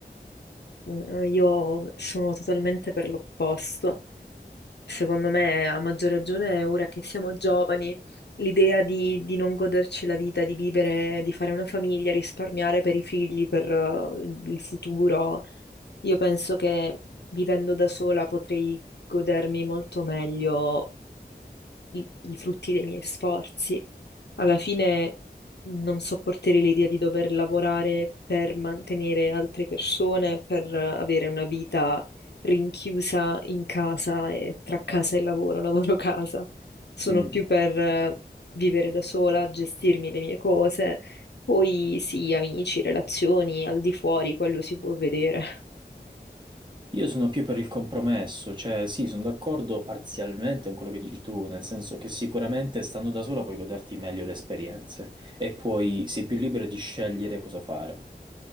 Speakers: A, on the left (about 75°); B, on the right (about 25°).
A: Mm, eh, Io sono totalmente per l'opposto. Secondo me, a maggior ragione, ora che siamo giovani, l'idea di, di non goderci la vita, di vivere, di fare una famiglia, risparmiare per i figli, per eh, il futuro, io penso che vivendo da sola potrei godermi molto meglio i, i frutti dei miei sforzi. Alla fine non sopporterei l'idea di dover lavorare per mantenere altre persone, per eh, avere una vita rinchiusa in casa e tra casa e lavoro, lavoro-casa. Sono
B: Mm.
A: più per eh, vivere da sola, gestirmi le mie cose. Poi sì, amici, relazioni, al di fuori, quello si può vedere.
B: Io sono più per il compromesso, cioè sì, sono d'accordo parzialmente con quello che dici tu, nel senso che sicuramente stando da sola puoi goderti meglio le esperienze e puoi, sei più libero di scegliere cosa fare.